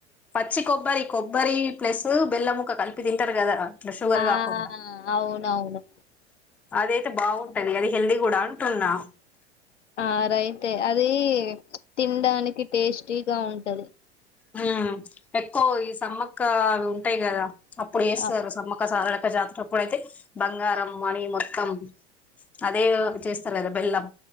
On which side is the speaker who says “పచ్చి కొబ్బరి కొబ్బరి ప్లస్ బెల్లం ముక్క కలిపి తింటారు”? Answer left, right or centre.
Centre